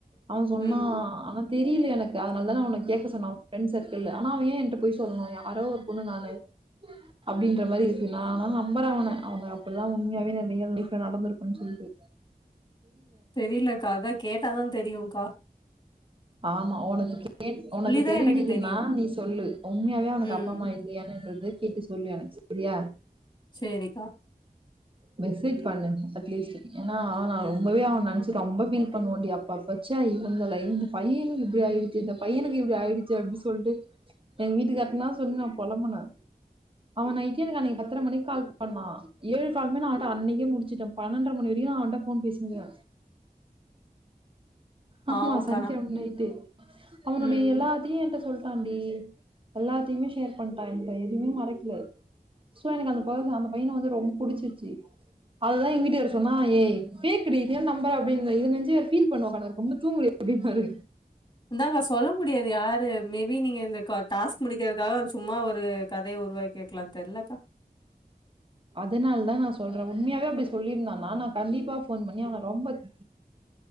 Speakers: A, on the right; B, on the left.
A: அவ சொன்னா
B: ம்.
A: அவன் தெரில எனக்கு அதனால தானே அவன கேக்க சொன்னே அவ ஃப்ரெண்டஸ் சர்க்கிள்ல ஆனா அவ ஏ என்ட்ட பொய் சொல்லணு யாரோ ஒரு பொண்ணு நானு அப்டின்ற மாரி இருக்கு நானு நம்புற அவன அவனுக்கு அப்டிதா உண்மையாவே ந்த ரியல் லைஃப்ல நடந்திருக்குன் சொல்ட்டு
B: தெரிலக்கா அதா கேட்டாதா தெரியுக்கா
A: ஆமா உனக்கு கேட் <inaudible> உனக்கு
B: தான்
A: தெரிஞ்சுதுன்னா
B: எனக்கு தெரியும்.
A: நீ சொல்லு உண்மையாவே உனக்கு
B: ம்.
A: அப் ப்பா அம்மா இல்லையானுன்றத கேட்டு சொல்லு எனக்கு சரியா
B: சேரிக்கா
A: மெசேஜ் பண்னு அட்லீஸ்ட் ஏனா நா ரொம்பவே அவன நனச்சி ரொம்ப பீல் பண்ணுவோண்டி அப் பப்ச இவங்கள இந்த பையனுக்கு இப்டி ஆயிடுச்சே இந்த பையனுக்கு இப்டி ஆயிடுச்சே அப்டி சொல்டு எங்க வீட்டுக்கார்ட எல்லா சொல்லி நா பொழம்புன அவ நைட்டே எனக்கு அன்னைக்கு பத்தரை மணிக்கு கால் பண்னா ஏழு காலுமே நா அவன்ட அன்னைக்கே முடிச்சிட்டே பன்னென்ற மணி வரைக்கு நா அவன்ட போன் பேசிகிற
B: பாவம்க்கா
A: ஆமா சனிக்கிழம
B: ஆனா.
A: நைட்டு அவனுடைய
B: ம்.
A: எல்லாத் தி என்ட சொல்லிட்டான்டி எல்லாத்தையுமே ஷேர் பண்ணிட்டா என்ட எதுவுமே மறைக்ல சூவர்ருங்க அந்த பொழக்கோ அந்த பையன வந்து ரொம்ப புடிச்சிருச்சி அதுதா எங்க வீட்டுகாரர் சொன்னா ஏ பேக் டீ இதெல்லா நம்புற அப்டி இருந்த இத நினைச்சி பீல் பண்ணிவ உக்காந்து வேரு இன்னு தூங்கலையா எப்டி பாரு
B: இந்தாங்க சொல்ல முடியாது யாரு மேபி நீங்க இந்த கா டாஸ்க் முடிக்கிறதுக்காக சும்மா ஒரு கதைய உருவாக் கேக்லா தெர்லக்கா
A: அதனால தா நா சொல்ற உண்மையாவே அப்டி சொல்லிருந்தானா நா கண்டிப்பா போன் பண்ணி அவன ரொம்பத்